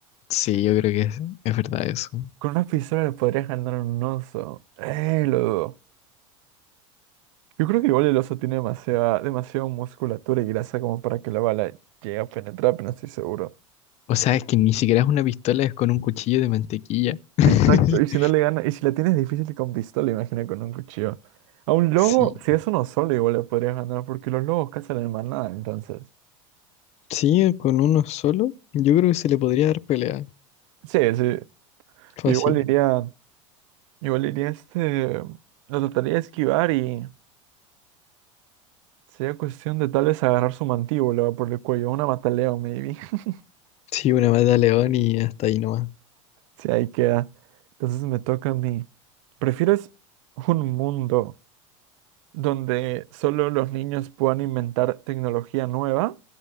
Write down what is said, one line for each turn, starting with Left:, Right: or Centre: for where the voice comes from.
Left: sí, yo creo que es, es verdad eso.
Right: con una pistola le podrías ganar a un oso. Eh, lo dudo. Yo creo que igual el oso tiene demasiada, demasiada musculatura y grasa como para que la bala llegue a penetrar, pero no estoy seguro.
Left: O sea, es que ni siquiera es una pistola, es con un cuchillo de mantequilla. <laughs>
Right: Exacto, y si no le gana, y si la tienes difícil con pistola, imagina con un cuchillo. A un lobo,
Left: Sí,
Right: si es uno solo, igual le podrías ganar, porque los lobos cazan en manada, entonces.
Left: Sí, con uno solo, yo creo que se le podría dar pelea.
Right: Sí, sí.
Left: Fácil.
Right: Igual iría, igual iría este, lo trataría de esquivar y Sería cuestión de tal vez agarrar su mantíbula por el cuello, una mataleo, maybe. <laughs>
Left: Sí, una mata a león y hasta ahí nomás.
Right: Si ahí queda. Entonces me toca a mí. ¿Prefieres un mundo donde solo los niños puedan inventar tecnología nueva?